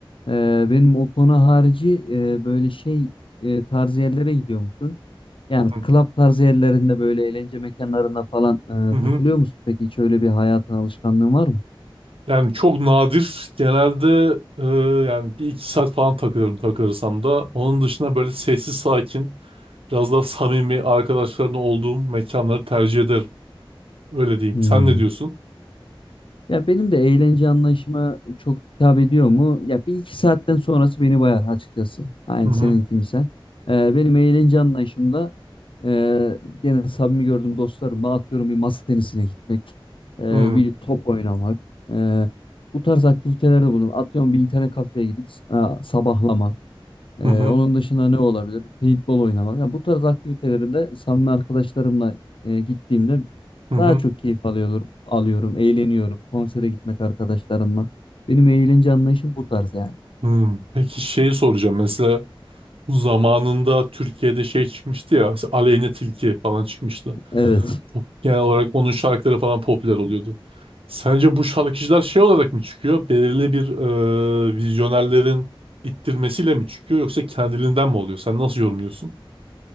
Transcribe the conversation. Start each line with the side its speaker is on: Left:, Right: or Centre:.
Left: E, benim o konu harici e, böyle şey e, tarzı yerlere gidiyor musun? Yani
Right: Hı
Left: club tarzı yerlerinde böyle eğlence mekanlarında falan
Right: hı.
Left: e,
Right: hı.
Left: takılıyor musun? Peki hiç öyle bir hayatın alışkanlığın var mı?
Right: Yani çok nadir. Genelde e, yani bir iki saat falan takılırım takılırsam da. Onun dışında böyle sessiz sakin, biraz daha samimi arkadaşlarımla olduğum mekanları tercih ederim. Öyle diyeyim.
Left: Hmm.
Right: Sen ne diyorsun?
Left: Ya benim de eğlence anlayışıma çok hitap ediyor mu? Ya bir iki saatten sonrası beni bayar açıkçası. Aynı
Right: Hı hı.
Left: seninki misal. E, benim eğlence anlayışımda e, gene samimi gördüğüm dostlarımla atıyorum bir masa tenisine gitmek, e,
Right: Hı hı.
Left: bir top oynamak, e, bu tarz aktivitelerde bulunuyorum. Atıyorum bir internet kafeye gidip e, sabahlamak. Ee,
Right: Hı hı.
Left: onun dışında ne olabilir? Paintball oynamak. Ya bu tarz aktivitelerinde samimi arkadaşlarımla e, gittiğimde
Right: Hı hı.
Left: daha çok keyif alıyorum, alıyorum, eğleniyorum. Konsere gitmek arkadaşlarımla. Benim eğlence anlayışım bu tarz yani.
Right: Hı. Peki şeyi soracağım. Mesela Bu zamanında Türkiye'de şey çıkmıştı ya mesela Aleyne Tilki falan çıkmıştı.
Left: Evet.
Right: Bu- Genel olarak onun şarkıları falan popüler oluyordu. Sence bu şarkıcılar şey olarak mı çıkıyor? Belirli bir e, vizyonerlerin ittirmesiyle mi çıkıyor yoksa kendiliğinden mi oluyor? Sen nasıl yorumluyorsun?